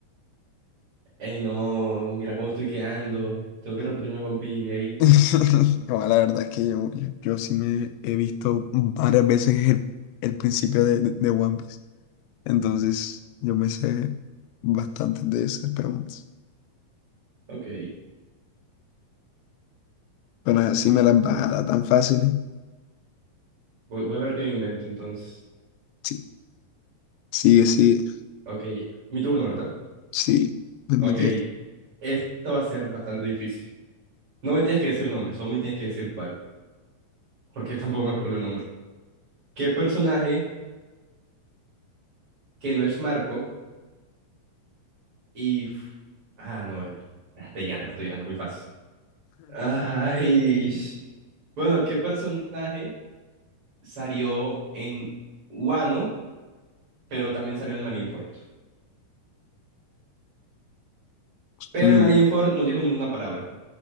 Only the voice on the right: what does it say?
hey, no, mira cómo estoy quedando. Tengo que repetirme One Piece, hey.
ok,
voy, voy a ver qué me invento entonces.
Ok, mi turno, ¿verdad?
Ok, esta va a ser bastante difícil. No me tienes que decir nombre, solo me tienes que decir cuál, porque yo tampoco me acuerdo el nombre. ¿Qué personaje que no es Marco Y. Ah, no. eh, espérate, ya te la estoy dejando muy fácil. Ay. Bueno, ¿qué personaje salió en Wano, pero también salió en Marineford?
Pero en Marineford no dijo ninguna palabra.